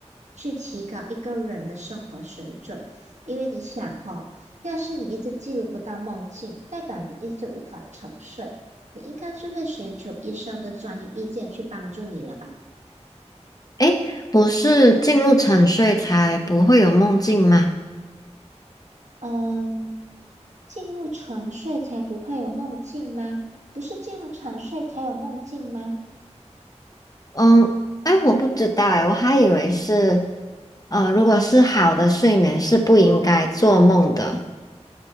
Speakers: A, on the right (about 80°); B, on the left (about 30°).
A: 去提高一个人的生活水准，因为你想哈。要是你一直记录不到梦境，代表你一直无法沉睡，你应该就会寻求医生的专业意见去帮助你了吧？
B: 诶，不是进入沉睡才不会有梦境吗？嗯。
A: 嗯，进入沉睡才不会有梦境吗？不是进入沉睡才有梦境吗？
B: 嗯，哎，我不知道哎，我还以为是，呃，如果是好的睡眠是不应该做梦的。